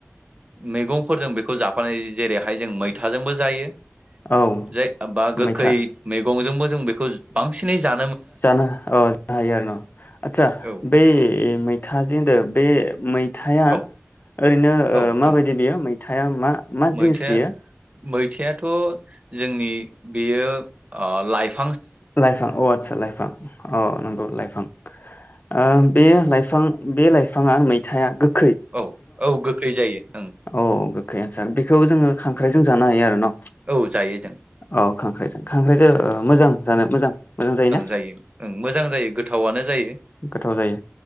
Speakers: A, on the right (about 25°); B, on the left (about 40°).
A: मैगं। फोरजों बेखौ जाफानाय जेरैहाय जों मैथाजोंबो जायो।
B: औ
A: जाय बा गोखै
B: मैथा
A: मैगंजोंबो। जों बेखौ बांसिन जा
B: जानो औ जानो हायो आरो न आतसा
A: औ
B: बै मैथाजोंदो बे। मै। थाया
A: औ
B: ओरैनो बिनो
A: औ नोंथां
B: माबायदि बियो मैथाया मा। मा
A: मैथाया
B: जिनिस बेयो।
A: मैथायाथ' जोंनि बेयो ओ लाइफ।
B: लाइफां अह आतसा लाइफां अह नंगौ लाइफां फां ओ बेयो फाइफां बे लाइफाङा मैथाया गोख
A: औ औ गोखै जायो। ओं
B: औ। अके आ सार बेखौ जोङो खांख्रायजों जानो हायो आरो न'।
A: औ जायो जों
B: औ खांख्राइजों खांख्राइजों ओ मोजां। जानो। मोजां मोजां जायोना
A: जायो ओं मोजां जायो गोथावानो जायो
B: गोथाव जायो